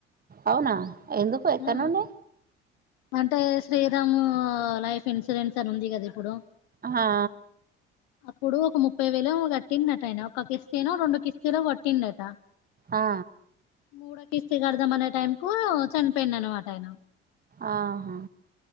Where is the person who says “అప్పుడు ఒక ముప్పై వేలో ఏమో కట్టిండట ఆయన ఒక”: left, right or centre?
Left